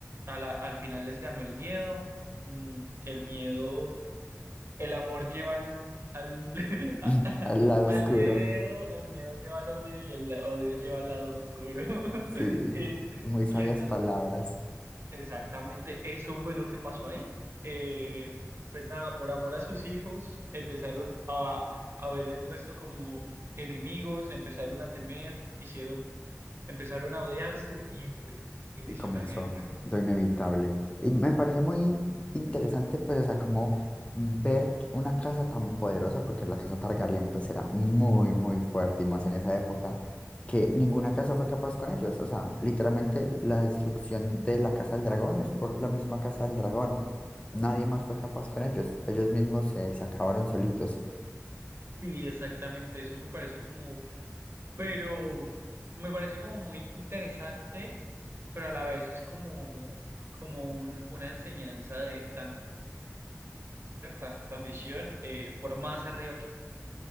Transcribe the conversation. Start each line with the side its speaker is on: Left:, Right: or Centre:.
Right: a la- al final les ganó el miedo. mm, El miedo, el amor lleva al, al, <laughs>
Left: <laughs>
Right: a- a-
Left: al lado
Right: al
Left: oscuro.
Right: miedo, el miedo lleva al odio y el odio lleva al lado oscuro. <laughs>
Left: Sí,
Right: Eh,
Left: muy sabias
Right: y entonces
Left: palabras.
Right: Exactamente, eso fue lo que pasó ahí. Eh, pues nada, por amor a sus hijos, empezaron a, a ver el resto como enemigos, empezaron a temer, hicieron, empezaron a odiarse y pues inició
Left: Y comenzó
Right: la guerra.
Left: lo inevitable. Y me parece muy interesante, pues, o sea, como ver que una casa tan poderosa, porque la casa Targaryen, pues, era muy, muy fuerte, y más en esa época, que ninguna casa fue capaz con ellos. O sea, literalmente la destrucción de la casa del dragón es por la misma casa del dragón. Nadie más fue capaz con ellos. Ellos mismos se, se acabaron solitos.
Right: Sí, exactamente, eso me parece como, pero me parece como muy interesante, pero a la vez es como, como un- una enseñanza de tanto, tanta ambición, eh, por más arriba